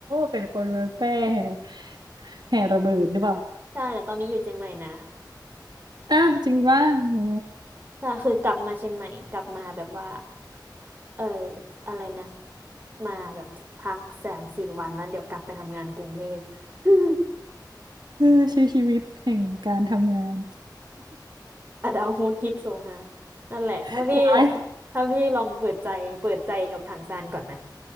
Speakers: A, on the right (about 65°); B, on the right (about 25°).
A: เป็นคนเมืองแพร่แห่แห่ระเบิดหรือเปล่า
B: ใช่แต่ตอนนี้อยู่เชียงใหม่นะ
A: อ้าวจริงป่ะโอ้
B: ใช่คือกลับมาเชียงใหม่กลับมาแบบว่าเอออะไรนะมาแบบพักสามสี่วันแล้วเดี๋ยวกลับไปทำงานกรุงเทพ <laughs>
A: เออใช้ชีวิตแห่งการทำงาน
B: อะดาวฮูดฮิตโซฮาร์ดนั่นแหละถ้าพี่
A: <laughs> ว้าย
B: ถ้าพี่ลองเปิดใจเปิดใจกับถังซานก่อนนะ